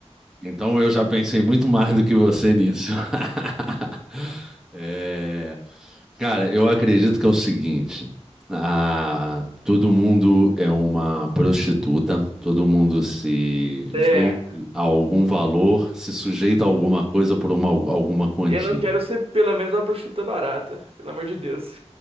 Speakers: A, in the centre; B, on the right (about 55°).
A: Então eu já pensei muito mais do que você nisso. <laughs> É, Cara, eu acredito que é o seguinte: ah, todo mundo é uma prostituta, todo mundo se
B: É.
A: vende a algum valor, se sujeita a alguma coisa por uma, alguma quantia.
B: Eu não quero ser pelo menos uma bruxuta barata, pelo amor de Deus.